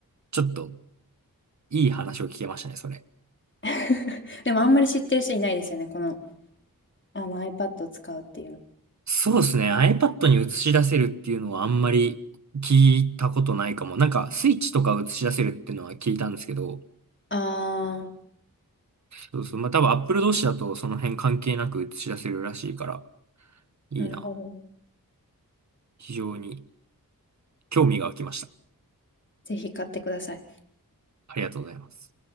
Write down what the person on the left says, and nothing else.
<laughs> でもあんまり知ってる人いないですよね。この、あの iPad を使うっていうの。
あ
あ、なるほど。
ぜひ買ってください。